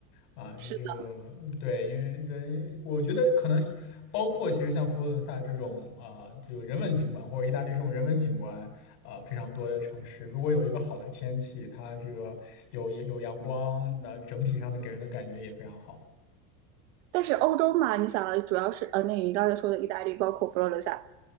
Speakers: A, on the left; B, on the right.
A: 啊，这个对，
B: 是的，
A: 因为这我觉得可能是包括其实像佛罗伦萨这种啊，这个人文景观或者意大利这种人文景观啊非常多的城市，如果有一个好的天气，它这个有有阳光，那整体上的给人的感觉也非常好。
B: 但是欧洲嘛，你想啊，主要是呃，那你刚才说的意大利，包括佛罗伦萨，